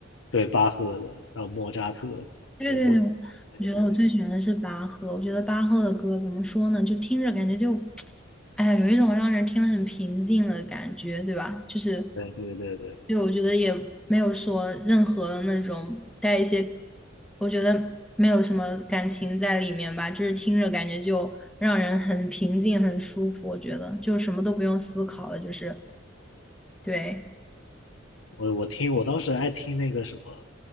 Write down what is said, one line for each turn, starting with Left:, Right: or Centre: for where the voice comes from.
Left: 对，巴赫的，然后莫扎特的，
Centre: 对对对，
Left: 对，莫扎
Centre: 我
Left: 特的我也，
Centre: 我觉得我最喜欢的是巴赫。我觉得巴赫的歌怎么说呢？就听着感觉就，哎呀，有一种让人听得很平静的感觉，对吧？就是，
Left: 对对对对，
Centre: 就我觉得也没有说任何的那种带一些，我觉得没有什么感情在里面吧，就是听着感觉就让人很平静、很舒服。我觉得就什么都不用思考了，就是对。
Left: 我我听我当时爱听那个什么